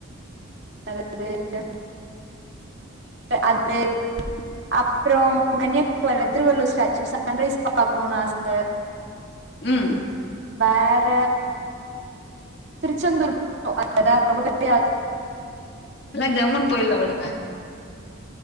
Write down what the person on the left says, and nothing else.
ம்
எல்லா ஜம்முனு போயில்லா விடுங்க